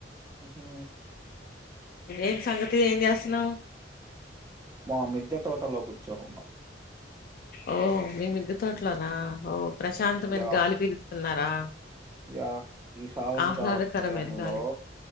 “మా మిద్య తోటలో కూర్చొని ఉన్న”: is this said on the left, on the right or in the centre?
Right